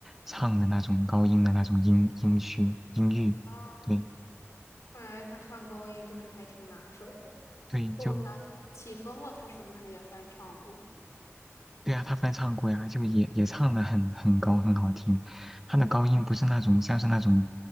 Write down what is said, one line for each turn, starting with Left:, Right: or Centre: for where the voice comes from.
Centre: 唱的那种高音的那种音音区音域。
Left: 哦，
Centre: 对
Left: 看来他唱高音就是还挺拿手的。
Centre: 对，
Left: 哦，
Centre: 就
Left: 我想想，起风了，他是不是也翻唱过？
Centre: 对啊，他翻唱过呀，就也也唱的很很高，很好听。他的高音不是那种像是那种